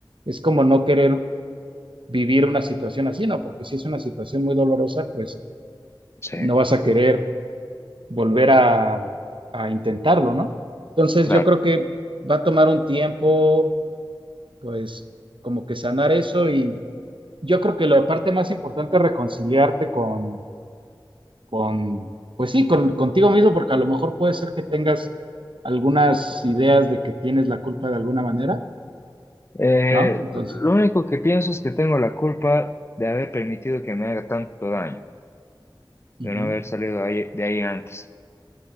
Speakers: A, on the right; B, on the left.
A: es como no querer vivir una situación así, ¿no? Porque si es una situación muy dolorosa, pues
B: sí,
A: no vas a querer volver a, a intentarlo, ¿no? Entonces
B: claro.
A: yo creo que va a tomar un tiempo, pues como que sanar eso y yo creo que la parte más importante es reconciliarte con, con pues sí, con, contigo mismo, porque a lo mejor puede ser que tengas algunas ideas de que tienes la culpa de alguna manera,
B: Eh,
A: ¿no? Entonces,
B: lo único que pienso es que tengo la culpa de haber permitido que me haga tanto daño,
A: ujú.
B: de no haber salido ahí- de ahí antes.